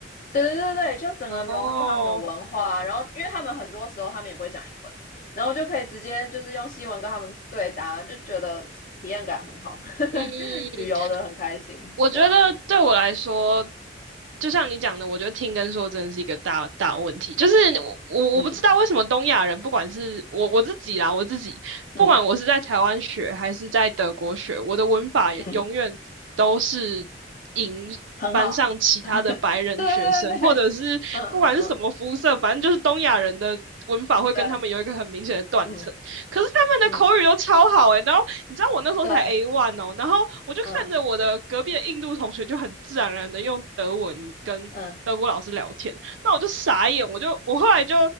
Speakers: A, on the left (about 45°); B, on the right (about 80°).
A: 对对对对，就整个融入他们的文化啊然后因为他们很多时候他们也不会讲英文，
B: 哦，
A: 然后就可以直接就是用西文跟他们对答，就觉得体验感很好，
B: 嗯，
A: <laughs> 旅游的很开心，
B: 我觉得对我来说，
A: 对吧？
B: 就像你讲的，我觉得听跟说真的是一个大大问题。就是我我我不知道为什么东亚人，
A: 嗯
B: 不管是我我自己啦，我自己，不管我是在台湾学还是在德国学，
A: 嗯
B: 我的文法永远都是赢班上其他的白人学生，
A: 嗯嗯。嗯很好。<laughs> 对对对对，
B: 或者是不管是什么肤色，
A: 对嗯嗯嗯，
B: 反正就是东亚人的文法会跟他们有一个很明显的断层。
A: 对，嗯
B: 可是他们的口语都超好诶、
A: 嗯
B: 欸然后你知道我那时候才
A: 对，
B: A one 哦，然后我就看着我的隔壁的印度同学就很自然而然的用德文跟德国老师聊天，
A: 嗯嗯
B: 那我就傻眼，我就我后来就。